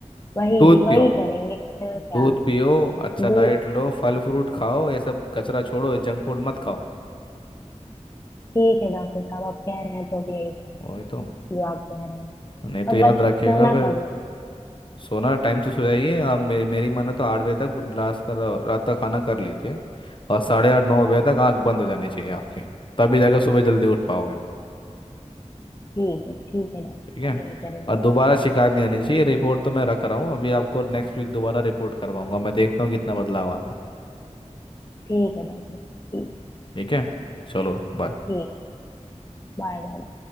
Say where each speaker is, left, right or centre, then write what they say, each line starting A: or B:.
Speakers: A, on the left; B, on the left.
A: वही
B: दूध
A: भी- वही
B: पियो
A: करेंगे और क्या
B: दूध पियो अच्छा
A: दू
B: डाइट लो फल फ्रूट खाओ ये सब कचरा छोड़ो ये जंक फूड मत खाओ
A: ठीक है डॉक्टर साहब आप कह रहे हैं तो अब यही करें
B: वही तो
A: जो आप कह रहे हैं
B: नहीं तो
A: और
B: याद
A: बत
B: रखिएगा
A: सोना
B: फिर
A: कब है
B: सोना टाइम से सो जाइए आप मेरी मेरी माने तो आठ बजे तक पूरी लास्ट का रा- रात का खाना कर लीजिए और साढ़े आठ नौ बजे
A: हाँ
B: तक आंख बंद हो जानी चाहिए आपकी तभी जाकर सुबह जल्दी उठ पाओगे
A: ठीक है ठीक है डॉक्टर साहब
B: ठीक है
A: यही करेंगे
B: और
A: हम
B: दोबारा शिकायत नहीं
A: हाँ
B: आनी चाहिए रिपोर्ट तो मैं रख रहा हूँ अभी आपको नेक्स्ट वीक दोबारा रिपोर्ट करवाऊंगा मैं देखता हूँ कितना बदलाव आता है
A: ठीक है डॉक्टर साहब ठीक
B: ठीक है चलो बाय
A: ठीक Bye bye